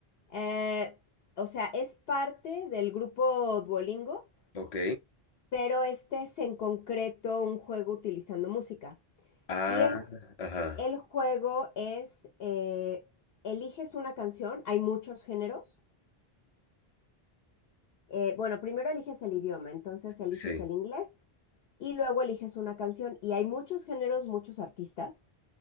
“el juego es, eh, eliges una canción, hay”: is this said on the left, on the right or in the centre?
Left